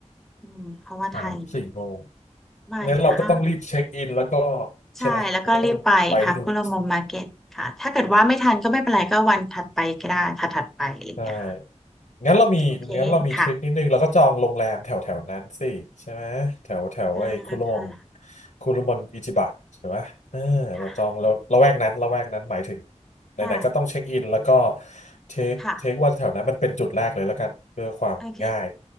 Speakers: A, in the centre; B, on the left.
A: อืมเพราะว่าไทย
B: สามสี่โมง
A: ไม่าหรือห้า
B: งั้นเราก็ต้องรีบเช็คอินแล้วก็
A: ใช่
B: ใช่ไหมแล้วก็ต้องไปที่นู่น
A: แล้วก็รีบไปค่ะคุโรมงมาร์เก็ตค่ะถ้าเกิดว่าไม่ทันก็ไม่เป็นไรก็วันถัดไปก็ได้ถัดถัดไปอะไรอย่างเงี้ยค่ะ
B: ใช่งั้นเรามีงั้นเรามีทริคนิดนึงเราก็จองโรงแรมแถวแถวนั้นสิใช่ไหมแถวแถวไอ้คุรุมง
A: โอเคค่ะอ่าค่ะ
B: คุรุมนอิจิบะใช่ไหมเออเราจองเราละแวกนั้นละแวกนั้นหมายถึง
A: ค่ะ
B: ไหนๆ
A: ได้
B: ก็ต้องเช็คอิน แล้วก็เทคเทคว่าแถวนั้นมันเป็นจุดแรกเลยแล้วกัน
A: ค่ะ
B: เพื่อความง่าย
A: โอเค